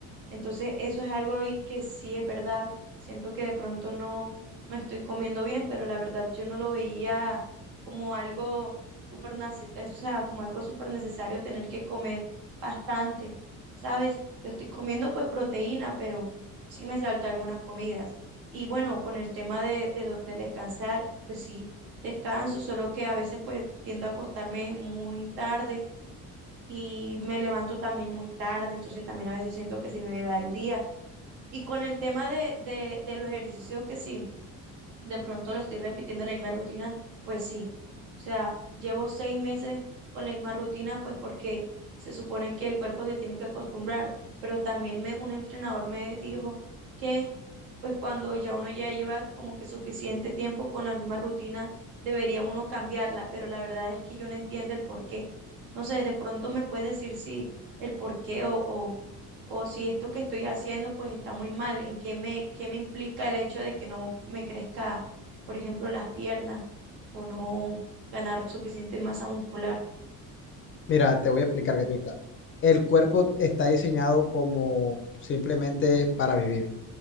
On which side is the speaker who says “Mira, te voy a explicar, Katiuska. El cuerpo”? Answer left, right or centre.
Left